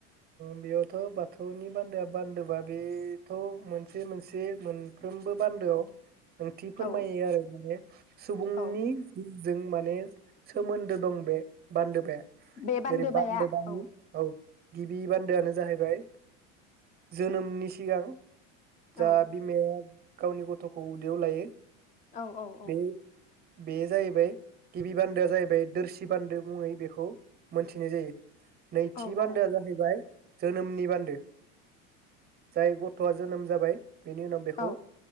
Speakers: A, on the right; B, on the left.
A: बेयावथ' बाथौनि बान्दोआ बान्दोबा बेथ' मोनसे मोनसे मोनफ्रोमबो बान्दोआव ओंथि फोरमायो
B: औ
A: आरो बियो सुबुंनि
B: औ
A: गु जों माने सोमोन्दो दं बे बान्दोबाया
B: बे बान्दोबाया
A: जेरै बान्दोबानि
B: औ
A: गिबि बान्दोआनो जाहैबाय जोनोमनि सिगां जा
B: औ
A: बिमाया गावनि गथ'खौ उदैयाव लायो
B: औ औ
A: बे
B: औ।
A: बे जाहैबाय गिबि बान्दोआ जाहैबाय दोरसि बान्दो मुङै बेखौ मोनथिनाय जायो। नैथि
B: औ
A: बान्दोआ
B: औ
A: जाहै बाय जोनोमनि बान्दो जाय गथआ जोनोम जाबाय बेनि उनाव बेखौ
B: औ